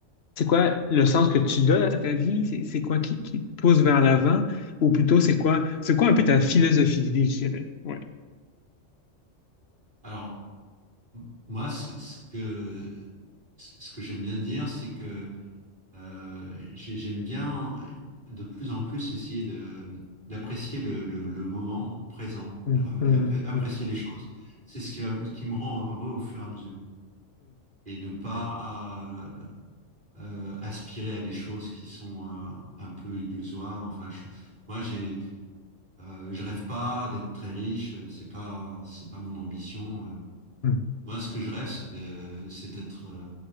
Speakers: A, on the left; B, on the right.
A: c'est quoi le sens que tu donnes à ta vie? C'est c'est quoi qui, qui te pousse vers l'avant? Ou plutôt, c'est quoi, c'est quoi un peu ta philosophie de vie, je dirais? Ouais.
B: Alors, m- moi, c- ce que, ce que j'aime bien dire, c'est que euh, j'ai- j'aime bien euh, de plus en plus essayer de, d'apprécier le, le- le moment présent,
A: Hum,
B: C'est-à-dire
A: hum,
B: app- apprécier
A: hum,
B: les choses. C'est ce qui, va- ce qui me rend heureux au fur et à mesure. Et ne pas euh, euh, aspirer à des choses qui sont euh, un peu illusoires. Enfin, je, moi, j'ai, euh, je rêve pas d'être très riche. C'est pas, c'est pas mon ambition. euh,
A: hum,
B: Moi, ce que je rêve, c'est de- c'est d'être euh,